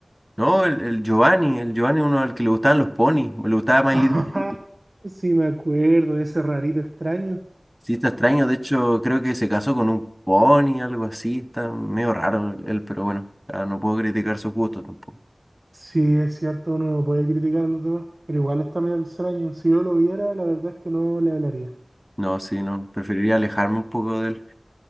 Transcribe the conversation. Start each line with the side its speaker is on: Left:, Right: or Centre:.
Centre: ¿no? El, el Giovanni, el Giovanni uno al que le gustaban los ponis, le gustaba
Right: <laughs> Ajá,
Centre: My Little. Pony.
Right: sí, me acuerdo, ese rarito extraño.
Centre: Sí, está extraño, de hecho, creo que se casó con un pony, algo así, está medio raro él, pero bueno, ah, no puedo criticar su gusto tampoco.
Right: Sí, es cierto, uno no puede criticar a los demás, pero igual está medio extraño. Si yo lo viera, la verdad es que no le hablaría.
Centre: No, sí, no, preferiría alejarme un poco de él.